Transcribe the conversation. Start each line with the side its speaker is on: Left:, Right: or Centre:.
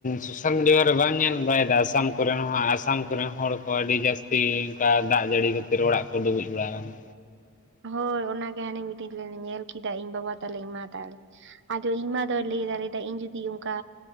Left: ᱥᱳᱥᱟᱞ ᱢᱤᱰᱤᱭᱟ ᱨᱮ ᱵᱟᱢ ᱧᱮᱞ ᱵᱟᱲᱟᱭᱮᱫᱟ ᱟᱥᱟᱢ ᱠᱚᱨᱮᱱ ᱦᱚᱸ ᱟᱥᱟᱢ ᱠᱚᱨᱮᱱ ᱦᱚᱲ ᱠᱚ ᱟᱹᱰᱤ ᱡᱟᱹᱥ ᱛᱤ ᱝᱠᱟ ᱫᱟᱜ ᱡᱟᱹᱲᱤ ᱠᱟ ᱠᱷᱟᱹᱛᱤᱨ ᱚᱲᱟᱜ ᱠᱚ ᱰᱩᱵᱩᱡ ᱵᱟᱲᱟ ᱟᱠᱟᱱᱟ᱾
Right: ᱦᱳᱭ ᱚᱱᱟᱜᱮ ᱦᱟᱱᱤ ᱢᱤᱫ ᱫᱤᱱ ᱞᱮ ᱧᱮᱞ ᱠᱮᱫᱟ ᱤᱧ ᱵᱟᱵᱟ ᱛᱟᱞᱮ ᱤᱧ ᱢᱟ ᱛᱟᱞᱮ ᱾ ᱟᱫᱚ ᱤᱧ ᱢᱟ ᱫᱚ ᱞᱟᱹᱭ ᱫᱟᱹᱭ ᱤᱧ ᱡᱩᱫᱤ ᱚᱝᱠᱟ